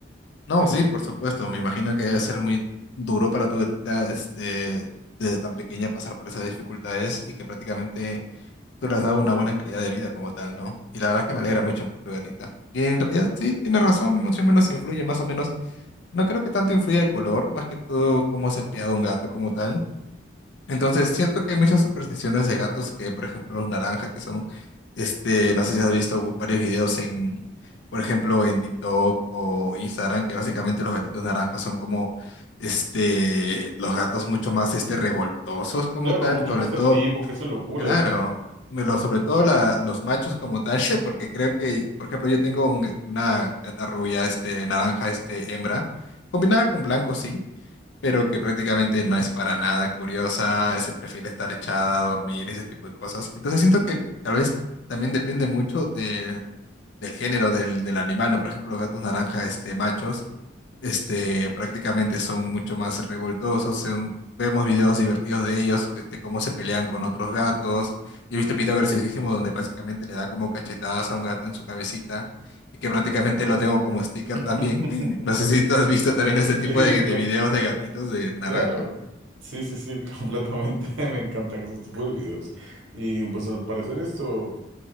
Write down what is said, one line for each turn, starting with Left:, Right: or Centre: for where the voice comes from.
Left: No, sí, por supuesto. Me imagino que debe ser muy duro para tu gatita, este, desde tan pequeña pasar por esas dificultades y que prácticamente tú le has dado una buena calidad de vida como tal, ¿no? Y la verdad es que me alegra mucho por tu gatita. Y en realidad sí, tienes razón, más o menos influye más o menos No creo que tanto influya el color, más que todo cómo se ha criado un gato como tal. Entonces, siento que hay muchas supersticiones de gatos que, por ejemplo, los naranjas, que son, este, no sé si has visto varios videos en, por ejemplo, en TikTok o Instagram, que básicamente los gatitos naranjas son como, este, los gatos mucho más, este, revoltosos como
Right: Claro,
Left: tal,
Right: mucho
Left: sobre
Right: más
Left: todo
Right: activos, que hacen locuras.
Left: Claro, me lo- sobre todo la- los machos como tal, <laughs> porque creo que, por ejemplo, yo tengo un ga- una gata rubia, este, naranja, este, hembra, combinada con blanco, sí, pero que prácticamente no es para nada curiosa, se prefiere estar echada a dormir, ese tipo de cosas. Entonces siento que tal vez también depende mucho de- del género del, del animal, ¿no? Por ejemplo, los gatos naranja, este, machos este, prácticamente son mucho más revoltosos. son- vemos videos divertidos de ellos, este, cómo se pelean con otros gatos. Yo he visto un video graciosísimo donde básicamente le da como cachetadas a un gato en su cabecita y que prácticamente lo tengo como sticker
Right: <laughs>
Left: también. <laughs> No sé si tú has visto también este tipo
Right: Sí,
Left: de,
Right: cla-
Left: de videos de gatitos de naranja.
Right: claro. Sí, sí, sí, <laughs> completamente. Me encantan esos tipos de videos. Y pues al parecer esto.